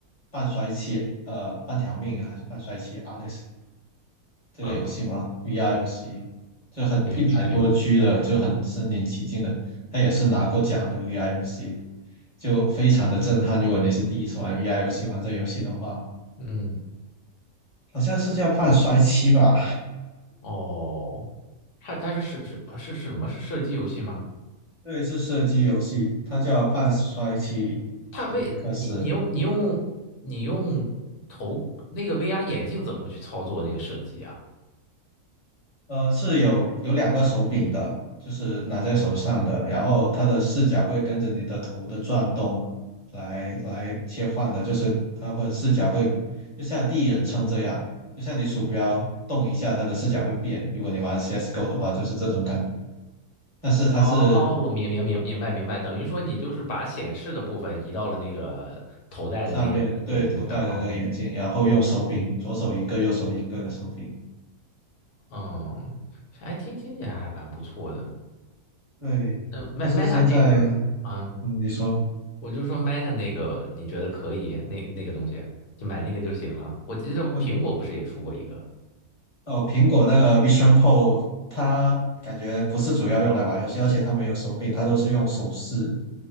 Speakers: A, on the left; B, on the left.
A: 半衰期呃半条命还是半衰期 Alice 这个游戏吗？VR
B: 呃，
A: 游戏就很一百多
B: 没没有，
A: G 的，就很身临其境的，它也是拿过奖的 VR 游戏，就非常的震撼。如果你是第一次玩 VR 游戏，玩这游戏的话，
B: 嗯，
A: 好像是叫半衰期吧？
B: 哦，它它是是是啊是什么？是射击游戏吗？
A: 对，是射击游戏，它叫半衰期阿历克斯。
B: 它为你你用你用你用头那个 VR 眼镜怎么去操作那个射击啊？
A: 呃，是有有两个手柄的，就是拿在手上的，然后它的视角会跟着你的头的转动来来切换的，就是它会视角会就像第一人称这样，就像你鼠标动一下，它的视角会变。如果你玩 CS:GO 的话，就是这种感觉。但是它是
B: 哦哦，明明明明白明白，等于说你就是把显示的部分移到了那个头戴的那个眼镜上。
A: 对上面对头戴的那个眼镜，
B: 哦，
A: 然后用手柄，左手一个，右手一个的手柄。
B: 嗯，还听听起来还蛮不错的。
A: 对，
B: 嗯，Me-
A: 但是现在，
B: Meta 那个，啊，
A: 嗯，你说。
B: 我就说 Meta 那个，你觉得可以？那那个东西就买那个就行了。我记得苹果不是也出过一个
A: 我哦，苹果那个 Vision Pro，它感觉不是主要用来玩游戏，而且它没有手柄，它都是用手势。